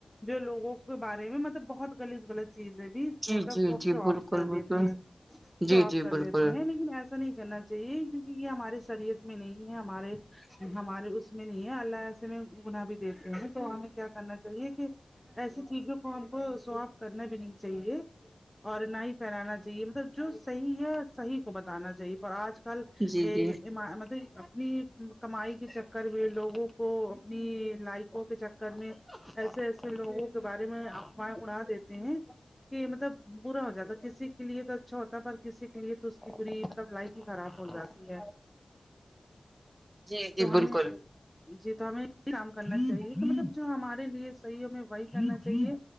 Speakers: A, in the centre; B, on the right.
A: جو لوگوں کے بارے میں مطلب بہت غلط غلط چیزیں بھی
B: جی
A: مطلب
B: جی
A: وہ
B: جی
A: شو
B: بالکل
A: آف کر
B: بالکل
A: دیتے ہیں
B: جی
A: شو آف
B: جی
A: کر
B: بالکل
A: دیتے ہیں لیکن ایسا ایا نہیں کرنا چاہیے کیونکہ یہ ہمارے سریعت میں نہیں ہے ہمارے ہمارے اس میں نہیں ہے اللہ ایسے میں گنا بھی دیتے ہیں تو ہمیں کیا کرنا چاہیے کہ ایسی چیزوں کو ہم کو ساف کرنا بھی نہیں چاہیے اور نہ ہی پھیلانا چاہیے جو صحیح ہے صحیح کو بتانا چاہیے پر آج کل
B: جی
A: اے
B: جی
A: مطلب اپنی کمائی کے کر بھی لوگوں کو اپنی لائقوں کے چکر میں ایسے ایسے لوگوں کے بارے میں اڑا دیتے ہیں کہ مطلب برا ہو جاتا کسی کے لیے تو اچھا ہوتا ہے پر کسی کے لیے تو اس کی پوری مطلب لائف ہی خراب ہو جاتی ہے
B: جی جی
A: تو
B: بالکل
A: ہمیں جی تو ہمیں یہ کام کرنا چاہیے مطلب جو ہمارے لیے صحیح ہمیں وہی کرنا چاہیے